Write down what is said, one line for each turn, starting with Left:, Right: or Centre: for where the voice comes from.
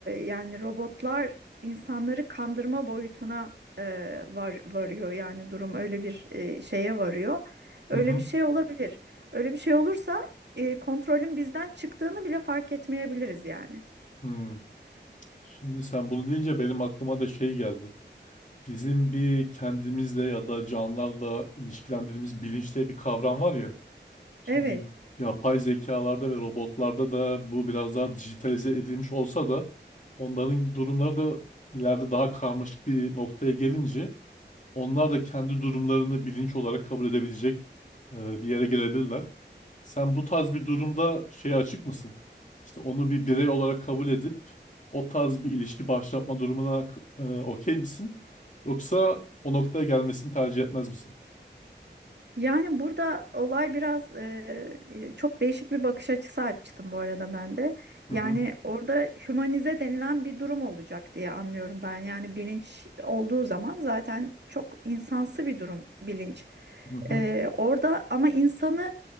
Right: yani robotlar insanları kandırma boyutuna e, var varıyor yani durum öyle bir e, şeye varıyor. Öyle
Left: Hı hı.
Right: bir şey olabilir. Öyle bir şey olursa e, kontrolün bizden çıktığını bile fark etmeyebiliriz yani.
Left: Hı. Şimdi sen bunu deyince benim aklıma da şey geldi. Bizim bir kendimizle ya da canlılarla ilişkilendirdiğimiz bilinç diye bir kavram var ya. Şimdi
Right: Evet.
Left: yapay zekalarda ve robotlarda da bu biraz daha dijitalize edilmiş olsa da onların durumları da ileride daha karmaşık bir noktaya gelince onlar da kendi durumlarını bilinç olarak kabul edebilecek e, bir yere gelebilirler. Sen bu tarz bir durumda şeye açık mısın? İşte onu bir birey olarak kabul edip o tarz bir ilişki başlatma durumuna e, okey misin? Yoksa o noktaya gelmesini tercih etmez misin?
Right: Yani burada olay biraz e, e, çok değişik bir bakış açısı açtım bu arada ben de.
Left: Hı
Right: Yani
Left: hı
Right: orada hümanize denilen bir durum olacak diye anlıyorum ben. Yani bilinç olduğu zaman zaten çok insansı bir durum bilinç.
Left: hı hı
Right: E, orada ama insanı